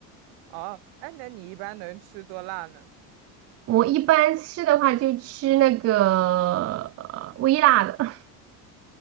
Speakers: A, on the right; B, on the right.
A: 哦，哎，那你一般能吃多辣呢？
B: 我一般吃的话就吃那个呃微辣的，